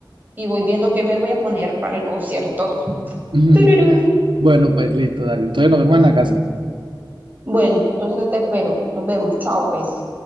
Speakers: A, on the right (about 20°); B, on the right (about 80°).
A: y voy viendo qué me voy a poner para el concierto.
B: <laughs>
A: ¡Tururú!
B: Bueno, pues listo, dale. Entonces nos vemos en la casa.
A: Bueno, entonces te espero. Nos vemos. Chao, pues.